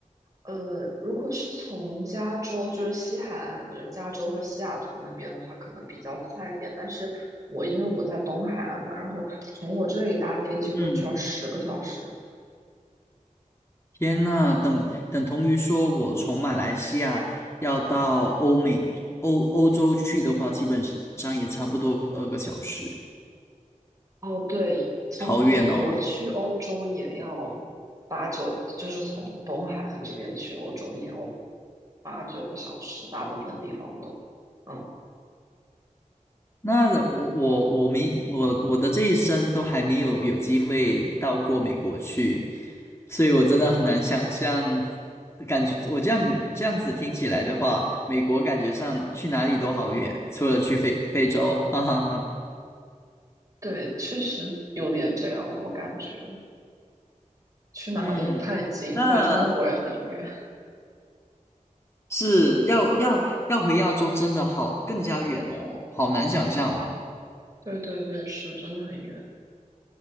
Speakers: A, on the right (about 25°); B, on the left (about 20°).
A: 呃，如果是从加州，就是西海岸，就是加州或西雅图那边的话，可能比较快一点。但是我因为我在东海岸嘛，然后从我这里搭飞机过去要十个小时。
B: 嗯。天呐，等等同于说，我从马来西亚要到欧美欧欧洲去的话，基本上也差不多二个小时，
A: 哦，对，从美国去欧洲也要八九个，
B: 好远哦。
A: 就是从东海岸这边去欧洲也要八九个小时，大部分地方都。嗯，
B: 那我我我没我我的这一生都还没有有机会到过美国去，所以我真的很难想象，感觉我这样这样子听起来的话，美国感觉上去哪里都好远，除了去非非洲，<laughs> 哈哈哈。
A: 对，确实有点这样，我感觉去哪都不太近，
B: 嗯。那
A: 回中国也很远。
B: 是要要要回亚洲真的好更加远哦，好难想象哦。
A: 对对对，是真的很远。